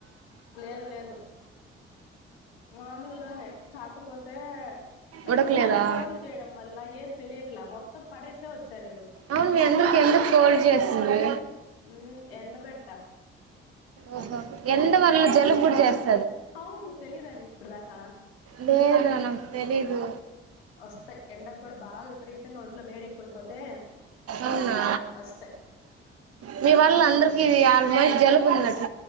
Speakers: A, on the left; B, on the right.
A: లేదు లేదు మామలుగానే కాకపోతే నాకు
B: ఉడకలేదా
A: కోల్డ్ చేయడం వల్ల ఏం తెలియట్లా మొత్తం పడేసే వ సరేను
B: అవును మీ అందరికి ఎందుకు కోల్డ్ జేసింది
A: మ్మ్ ఎండబెట్ట
B: ఓహో ఎందువల్ల జలుబు కూడా జేస్
A: అవును తెలియదా నీకు ఇప్పటి దాకా
B: లేేదునా తెలీదు
A: వస్తయ్ ఎండకు కూడ బాగా విపరీతంగా ఒంట్లో వేడెక్ కోయిపోతే
B: అవునా
A: అస్తయ్
B: మీ వల్ల అందరికిీ ఆల్మోస్ట్ జలుబు ఉన్